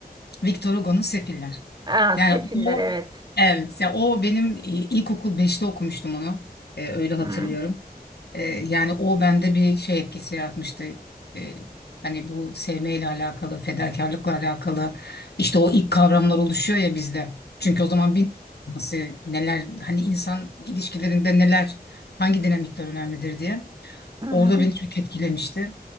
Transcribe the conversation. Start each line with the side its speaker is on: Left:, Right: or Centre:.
Left: Victor Hugo'nun Sefiller.
Right: Aa,
Left: Yani
Right: Sefiller
Left: o
Right: evet.
Left: evet ya o benim e, ilkokul beşte okumuştum onu. E, öyle hatırlıyorum.
Right: Hı hı.
Left: E, yani o bende bir şey etkisi yaratmıştı. E, hani bu sevmeyle alakalı, fedakarlıkla alakalı işte o ilk kavramlar oluşuyor ya bizde. Çünkü o zaman bir nasıl neler hani insan ilişkilerinde neler hangi dinamikler önemlidir diye.
Right: Hı hı.
Left: Orada beni çok etkilemişti.